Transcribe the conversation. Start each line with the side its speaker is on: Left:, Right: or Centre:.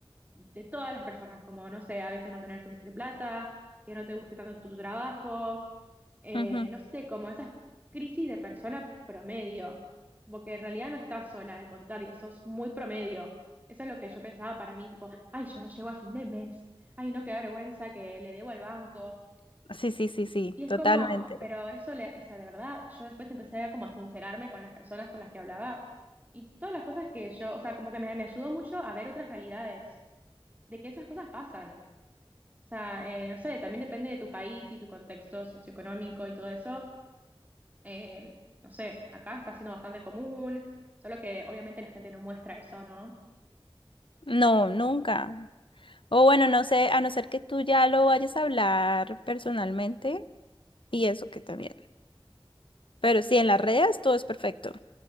Right: de todas las personas, como, no sé, a veces no tener suficiente plata, que no te guste tanto tu trabajo, eh,
Left: Ujú.
Right: no sé, como esas crisis de persona promedio, porque en realidad no estás sola, al contrario, sos muy promedio. Eso es lo que yo pensaba para mí, tipo, ay, yo no llego a fin de mes, ay, no, qué vergüenza que le debo al banco
Left: Sí, sí, sí, sí,
Right: y es
Left: totalmente.
Right: como, pero eso, le, o sea, de verdad, yo después empecé a como a sincerarme con las personas con las que hablaba y todas las cosas que yo, o sea, como que me, me ayudó mucho a ver otras realidades, de que esas cosas pasan. O sea, eh, no sé, también depende de tu país y tu contexto socioeconómico y todo eso. Eh, no sé, acá está siendo bastante común, solo que obviamente la gente no muestra eso, ¿no?
Left: No, nunca. O bueno, no sé, a no ser que tú ya lo vayas a hablar personalmente y eso que también. Pero sí, en las redes todo es perfecto.